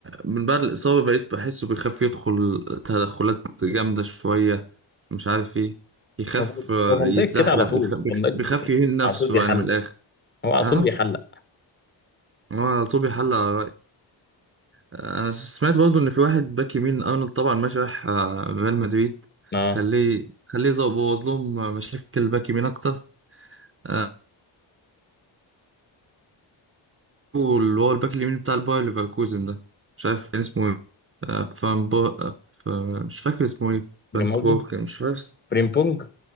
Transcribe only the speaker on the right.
من بعد الإصابة بقيت بحسه بيخاف يدخل تدخلات جامدة شوية مش عارف إيه يخاف
آه،
يتزحلق
بيخاف,
بيخاف
يهين نفسه
يعني من الآخر
ها؟
هو على طول بيحلق انا سمعت برضو ان في واحد باك يمين ارنولد طبعا ماشي راح آه، ريال مدريد
خليه خليه زو- بوظ لهم مشاكل باك يمين اكتر آه، واللي هو الباك اليمين بتاع الباير ليفركوزن ده مش عارف كان اسمه ايه آه، فان بو... آه، ف- مش فاكر اسمه ايه فان
كوبورك مش فاكر